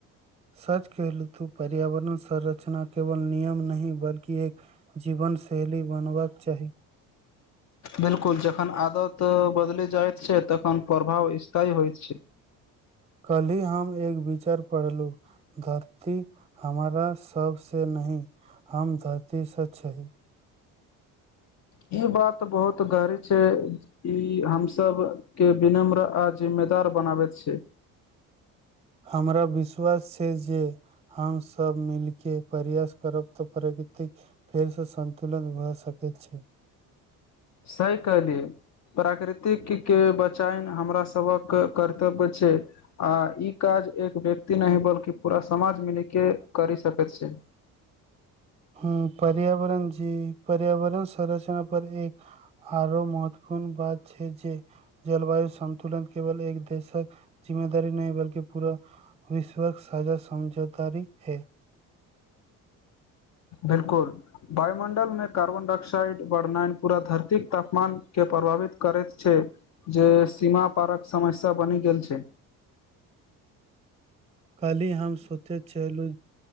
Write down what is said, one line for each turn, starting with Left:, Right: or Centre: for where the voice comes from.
Right: सच कहलू तू पर्यावरण संरचना केवल नियम नहि बल्कि एक जीवनशैली बनबाक चाही।
Left: बिलकुल जखन आदत बदलि जाइत छै। तखन प्रभाव स्थाय होइत छै।
Right: कल्हि हम एक विचार पढ़लु धरती हमरा सब से नहि हम धरतीसँ छहि
Left: ई बात बहुत गहरी छै ई हम सब केँ विनम्र आ जिम्मेदार बनाबैत छै।
Right: हमरा विश्वास छै जे हम सभ मिल केँ प्रयास करब तऽ प्रकृतिक फेर सँ सन्तुलन भऽ सकैत छै
Left: सही कहली प्राकृतिक केँ बचाइन हमरा सबके कर्तव्य छै आ ई काज एक व्यक्ति नहि बल्कि पूरा समाज मिली केँ करि सकैत छै।
Right: हुँ पर्यावरण जी पर्यावरण संरचना पर एक आउरो महत्वपूर्ण बात छै जे जलवायु संन्तुलन केवल एक देशक जिम्मेदारी नहि बल्कि पूरा विश्वक साजा समझौदारी है
Left: बिलकुल वायुमण्डलमे कार्बन डाइऑकसाइड बढ़नाइन पूरा धरतीक तापमान केँ प्रभावित करैत छै जे सीमा पारक समस्या बनि गेल छै
Right: कल्हि हम सोचैत छलू